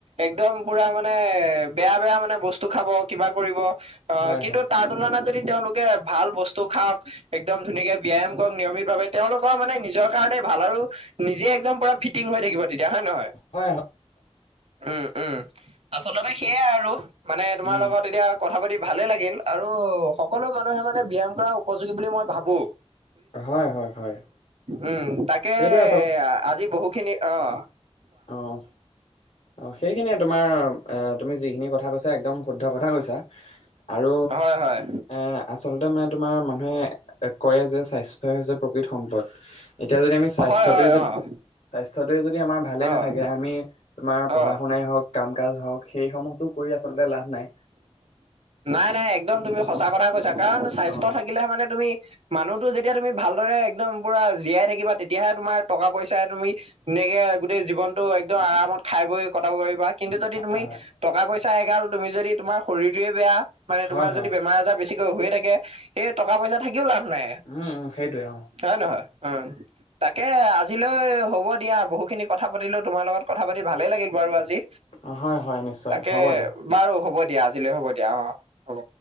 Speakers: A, on the right; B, on the left.
A: একদম পুৰা মানে বেয়া-বেয়া মানে বস্তু খাব কিবা কৰিব। অহ,
B: হয়
A: কিন্তু
B: হয়
A: তাৰ তুলনাত যদি তেওঁলোকে ভাল বস্তু খাওঁক একদম ধুনীয়াকে ব্যায়াম নিয়মিতভাৱে তেওঁলোকৰ মানে নিজৰ কাৰণে ভাল আৰু নিজে একদম পুৰা ফিটিং হৈ থাকিব। তেতিয়া হয় নে নহয়।
B: হয় হয়
A: উম', উম, আচলতে সেইয়াই আৰু। মানে তোমাৰ
B: উম
A: লগত এতিয়া কথা পাতি ভালে লাগিল আৰু সকলো মানুহে মানে ব্যায়াম কৰা উপযোগী বুলি মই ভাবোঁ।
B: হয়, হয়, হয়।
A: উম, তাকে
B: সেইটোৱে
A: আজি বহুখিনি অহ
B: অহ, অহ' সেইখিনিয়ে তোমাৰ এ তুমি যিখিনি কথা কৈছা একদম শুদ্ধ কথা কৈছা আৰু
A: হয়, হয়,
B: এ আচলতে মানে তোমাৰ মানুহে কয় যে স্বাস্থ্য প্ৰকৃত সম্পদ। এতিয়া যদি আমি স্বাস্থ্যটোয়ে
A: হয়, হয়,
B: যদি,
A: অ',
B: স্বাস্থ্যটোয়ে যদি আমাৰ ভালে
A: অ',
B: নাথাকে, আমি তোমাৰ পঢ়া
A: অ'।
B: শুনাই হওঁক কাম কাজ হওঁক সেইসমূহতো কৰি আচলতে লাভ নাই।
A: নাই নাই একদম তুমি সঁচা কথাই কৈছা, কাৰণ স্বাস্থ্য
B: অ
A: থাকিলে মানে তুমি মানুহতো যেতিয়া তুমি ভালদৰে একদম পুৰা জীয়াই থাকিবা, তেতিয়াহে তোমাৰ টকা পইচাই তুমি ধুনীয়াকে গোটেই জীৱনতটো একদম আৰামত খাই বৈ কটাব পাৰিবা। কিন্তু, যদি তুমি
B: হয় হয়
A: টকা পইচা এগাল, তুমি যদি তোমাৰ শৰীৰটোৱে বেয়া। মানে, তোমাৰ
B: হয় হয়
A: যদি বেমাৰ আজাৰ বেছিকৈ হৈয়ে থাকে। সেই টকা পইচা থাকিও লাভ নাই।
B: উম উম সেইটোৱে অ
A: হয়, নহয় উম তাকে আজিলৈ হ'ব দিয়া বহুখিনি কথা পাতিলোঁ তোমাৰ লগত। কথা পাতি ভালেই লাগিল বাৰু আজি।
B: অ হয় হয় নিশ্চয়
A: তাকে
B: হ'ব দিয়া
A: বাৰু হ'ব দিয়া আজিলৈ হ'ব দিয়া অ', হ'ব।